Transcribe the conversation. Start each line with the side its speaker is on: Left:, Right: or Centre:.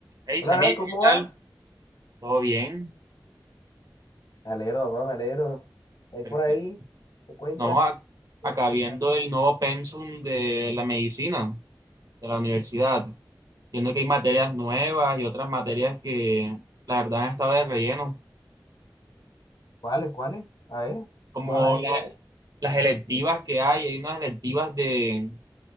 Right: Hey,
Left: Hola,
Right: Samir,
Left: Nay, ¿cómo
Right: ¿qué tal?
Left: vas?
Right: ¿Todo bien?
Left: Me alegro, papá, me alegro. Ahí
Right: Perfecto.
Left: por ahí, ¿te cuentas?
Right: No, a-
Left: ¿Qué,
Right: acá
Left: es- qué
Right: viendo
Left: se hace?
Right: el nuevo pensum de la medicina de la universidad, viendo que hay materias nuevas y otras materias que la verdad han estado de relleno,
Left: ¿Cuáles, cuáles? A ver,
Right: como
Left: vamos a ver
Right: la-
Left: qué hay.
Right: las electivas que hay, hay unas electivas de,